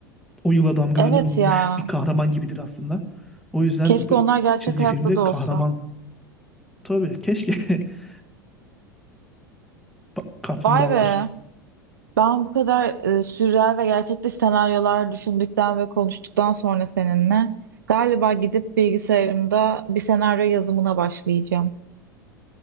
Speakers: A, in the centre; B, on the right.
A: o yıla damgalarını
B: Evet
A: vurmuş
B: ya.
A: bir kahraman gibidir aslında. O yüzden
B: Keşke
A: bu
B: onlar gerçek
A: çizgi
B: hayatta
A: filmde
B: da olsa.
A: kahraman tabii keşke <laughs> Pa- Kaplumbağalar.
B: Vay be. Ben bu kadar e, sürreal ve gerçekçi senaryolar düşündükten ve konuştuktan sonra seninle galiba gidip bilgisayarımda bir senaryo yazımına başlayacağım.